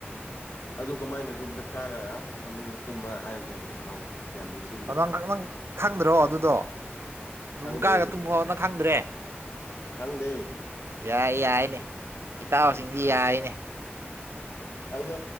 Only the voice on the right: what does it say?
ꯅꯪ ꯅꯪ ꯈꯪꯗ꯭ꯔꯣ ꯑꯗꯨꯗꯣ ꯑꯗꯨꯨꯝ
ꯀꯥꯏꯔꯒ ꯇꯨꯝꯃꯣ ꯅꯪ ꯈꯪꯗ꯭ꯔꯦ <inaudible>
ꯌꯥꯏ ꯌꯥꯏꯅꯦ ꯏꯇꯥꯎꯁꯤꯡꯁꯤ ꯌꯥꯏꯅꯦ